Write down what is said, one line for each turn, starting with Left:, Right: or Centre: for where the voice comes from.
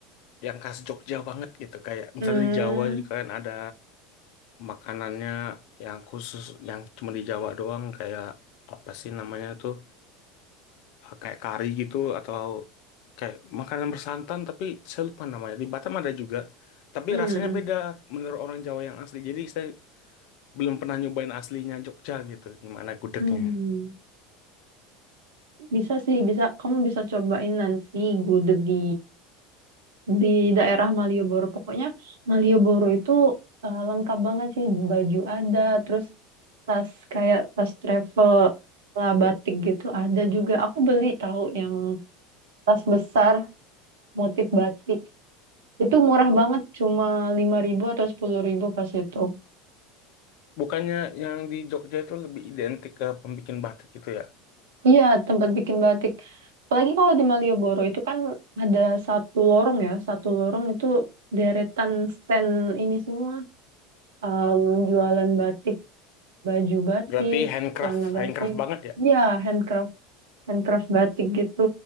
Left: yang khas Jogja banget gitu. Kayak misalnya
Right: Hmm,
Left: di Jawa juga kan ada makanannya yang khusus yang cuma di Jawa doang kayak apa sih namanya tuh? eh, kayak kari gitu atau kayak makanan bersantan tapi saya lupa namanya. Di Batam ada juga, tapi
Right: hmm,
Left: rasanya beda menurut orang Jawa yang asli. Jadi saya belum pernah nyobain aslinya Jogja gitu, gimana gudegnya.
Right: Hmm, bisa sih bisa kamu bisa cobain nanti gudeg di di daerah Malioboro pokoknya Malioboro itu eh, lengkap banget sih baju ada terus tas kayak tas travel lah batik gitu ada juga aku beli tahu yang tas besar motif batik Itu murah banget, cuma lima ribu atau sepuluh ribu pas itu.
Left: Bukannya yang di Jogja itu lebih identik ke pembikin batik gitu ya?
Right: Iya, tempat bikin batik. Apalagi kalau di Malioboro itu kan ada satu lorong ya, satu lorong itu deretan stand ini semua. Em, jualan batik, baju batik,
Left: Berarti handcraft,
Right: celana batik.
Left: handcraft banget ya?
Right: Iya, handcraft, handcraft batik gitu,